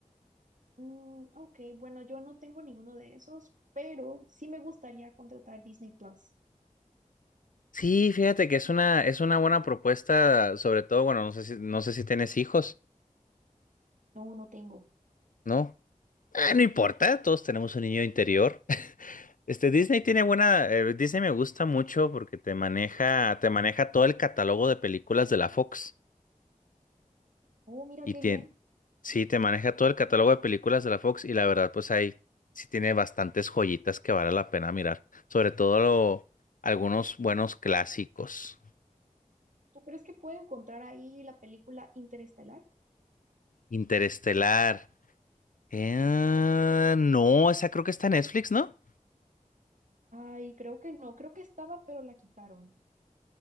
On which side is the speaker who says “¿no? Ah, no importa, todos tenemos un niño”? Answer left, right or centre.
Left